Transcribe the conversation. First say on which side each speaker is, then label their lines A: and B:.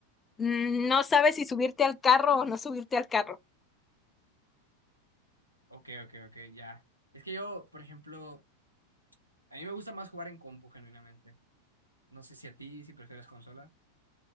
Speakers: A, on the left (about 15°); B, on the right (about 85°).
A: mm, no sabes si subirte al carro o no subirte al carro.
B: ok, ok, ok, ya. Es que yo, por ejemplo, a mí me gusta más jugar en compu, genuinamente. No sé si a ti, si prefieres consola.